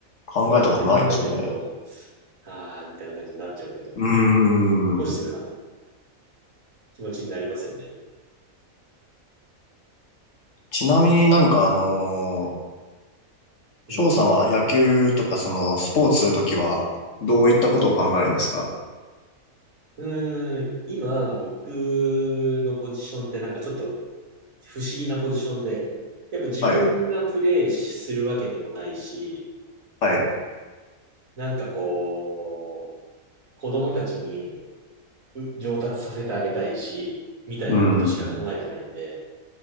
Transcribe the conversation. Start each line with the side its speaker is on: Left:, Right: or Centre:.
Left: 考えたことないですね。
Right: 座って考えてると、あーみたいな感じになっちゃうけど、
Left: うー
Right: ポジティブな
Left: ん。
Right: 気持ちになりますよね。
Left: ちなみになんかあのー
Right: うん。
Left: 翔さんは野球とかそのスポーツするときはどういったことを考えるんですか
Right: うーん、今、僕のポジションってなんかちょっと不思議なポジションで、やっぱ自分がプレイするわけでもないし、
Left: はい。はい。
Right: なんかこう、子供たちにう上達させてあげたいし、みたいなことしか考えてないんで、
Left: うん。